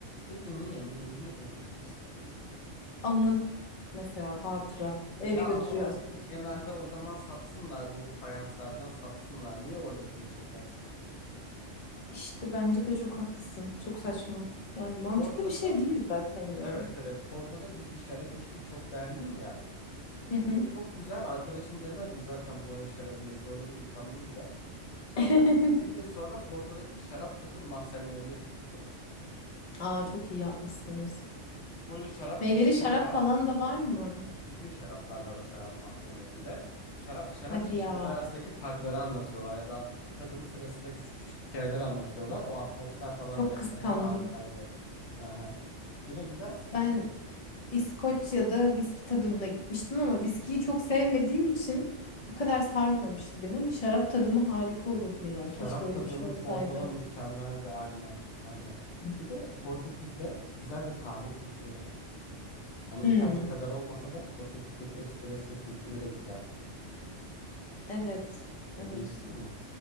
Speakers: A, on the left (about 70°); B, on the left (about 45°).
A: Peki niye? Niye? Niye böyle bir hırsızlık?
B: Anı mesela hatıra
A: Ya
B: eve götürüyor
A: ama o-
B: asıyor
A: kenarda
B: falan.
A: o zaman satsınlar bu fayanslardan satsınlar. Niye oradakini sökersin ki?
B: İşte bence de çok haklısın. Çok saçma. Yani mantıklı
A: Porto'da
B: bir şey değil zaten ya.
A: evet evet Porto'da biz bir şarap içtik çok beğendim ya.
B: Hı hı.
A: Dedim çok güzel arkadaşım demez mi zaten buranın şarabı meşhur orada bir utandım biraz. Sonra
B: <laughs>
A: bir gün sonra Porto'daki şarap tadım mahzenlerine gittik direkt.
B: Aa çok iyi yapmışsınız.
A: Böyle şarap
B: Meyveli
A: çeşitleri
B: şarap
A: var.
B: falan da var mı?
A: Bütün şaraplar var o şarap mahzenlerinde. Şara- şarap
B: Hadi
A: çeşitleri
B: ya.
A: arasındaki farkları anlatıyorlar ya da tadım sırasında küçük küçük hikayeler anlatıyorlar. O atmosfer falan
B: Çok
A: rehberler
B: kıskandım.
A: harikaydı. hı hı Yine gidersin
B: Ben
A: ya.
B: İskoçya'da viski tadımına gitmiştim ama viskiyi çok sevmediğim için o kadar sarmamıştı beni ama şarap tadımı harika olurdu ya.
A: Şarap
B: Keşke öyle
A: tadımı
B: bir şey olsaydı.
A: Porto'da mükemmeldi aynen. Aynen.
B: <clears throat>
A: Bir de Portekiz'de güzel bir kahve kültürü var. Hani
B: Hmm,
A: İtalya kadar olmasa da Portekiz'deki espresso kültürü de güzel hani.
B: evet, evet.
A: Değiştin mi?